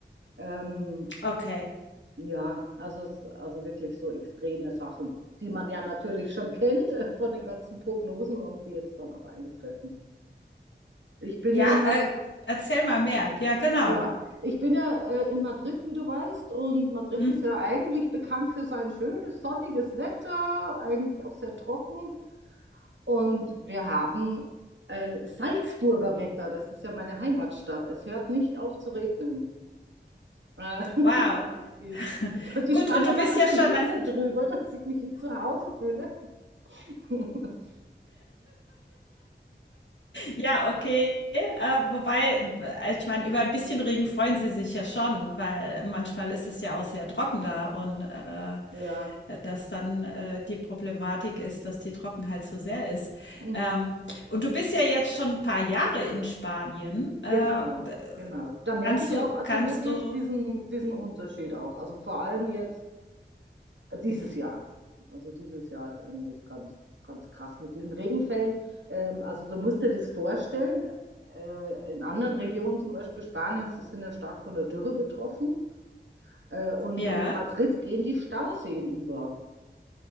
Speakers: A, on the right (about 80°); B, on the left (about 75°).
A: Ähm,
B: Okay.
A: ja, also, es- also wirklich so extreme Sachen, die man ja natürlich schon kennt äh, von den ganzen Prognosen und die jetzt dann auch eintreffen. Ich bin
B: Ja,
A: ja in Madrid,
B: äh, erzähl mal mehr. Ja, genau.
A: ja, ich bin ja äh, in Madrid, wie du weißt, und Madrid
B: Mhm.
A: ist ja eigentlich bekannt für sein schönes, sonniges Wetter, eigentlich auch sehr trocken. Und wir haben äh, Salzburger Wetter, das ist ja meine Heimatstadt. Es hört nicht auf zu regnen. Äh, <laughs>
B: Wow.
A: die,
B: <laughs>
A: die
B: Gut,
A: Spanier
B: und du
A: machen
B: bist ja
A: schon
B: schon
A: Witze
B: an,
A: drüber, dass ich mich wie zu Hause fühle. <laughs>
B: Ja, okay. Äh, wobei, äh, ich meine, über ein bisschen Regen freuen sie sich ja schon, weil manchmal ist es ja auch sehr trocken da und äh,
A: Ja,
B: dass dann äh, die Problematik ist, dass die Trockenheit so sehr ist.
A: mhm.
B: Ähm, und du bist ja jetzt schon ein paar Jahre in Spanien. Äh,
A: Genau,
B: d-
A: genau. Da merke
B: kannst
A: ich
B: du,
A: auch also
B: kannst
A: wirklich
B: du,
A: diesen, diesen Unterschied auch. Also vor allem jetzt Dieses Jahr. Also dieses Jahr ist eigentlich ganz, ganz krass mit diesen Regenfällen. Ähm, also du musst dir das vorstellen, äh, in anderen Regionen, zum Beispiel Spaniens, die sind ja stark von der Dürre betroffen. Äh, und
B: ja,
A: in Madrid gehen die Stauseen über